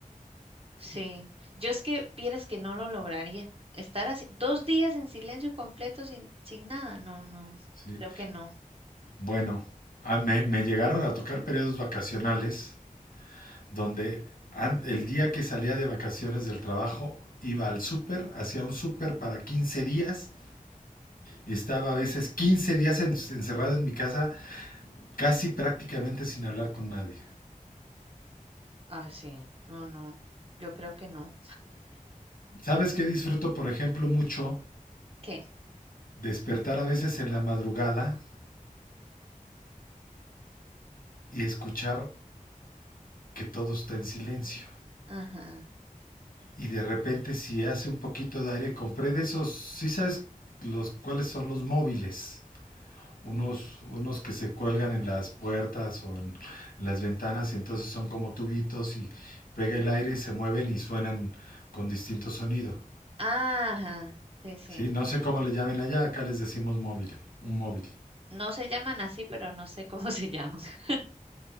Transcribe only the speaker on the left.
¿sí?
Bueno, a, me, me llegaron a tocar periodos vacacionales donde an- el día que salía de vacaciones del trabajo iba al súper, hacía un súper para 15 días y estaba a veces 15 días en, encerrado en mi casa, casi prácticamente sin hablar con nadie.
¿Sabes qué disfruto, por ejemplo, mucho?
Despertar a veces en la madrugada y escuchar que todo está en silencio.
Y de repente, si hace un poquito de aire, compré de esos, ¿sí sabes los, cuáles son los móviles? Unos, unos que se cuelgan en las puertas o en las ventanas y entonces son como tubitos y pega el aire y se mueven y suenan con distinto sonido.
Sí, no sé cómo le llamen allá, acá les decimos móvil, un móvil.